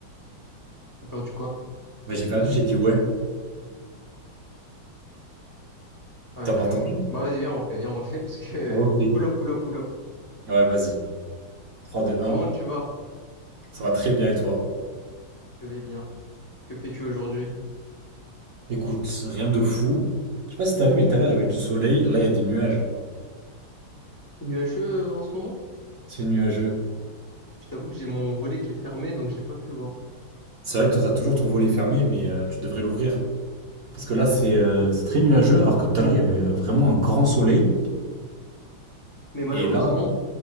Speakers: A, on the left (about 20°); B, on the right (about 50°).
A: T'as perdu quoi?
B: Bah, j'ai perdu, j'ai dit ouais.
A: Ah,
B: T'as
A: j'avais.
B: pas entendu?
A: Bah, vas-y, viens, on refait, viens, on refait, <laughs> parce que.
B: On refait.
A: Pull up, pull up, pull up.
B: Ouais, vas-y. Trois, deux,
A: Comment
B: un.
A: tu vas?
B: ça va très bien et toi?
A: Je vais bien. Que fais-tu aujourd'hui?
B: Écoute, rien de fou. Je sais pas si t'as vu, mais tout à l'heure, il y avait du soleil. Là, il y a des nuages.
A: C'est nuageux euh, en ce moment?
B: C'est nuageux.
A: Je t'avoue que j'ai mon volet qui est fermé, donc j'ai pas pu voir.
B: C'est vrai que toi, t'as toujours ton volet fermé, mais euh, tu devrais l'ouvrir. Parce que là, c'est euh, c'est très nuageux, alors que tout à l'heure, il y avait euh, vraiment un grand soleil.
A: Mais malheureusement,
B: Et là,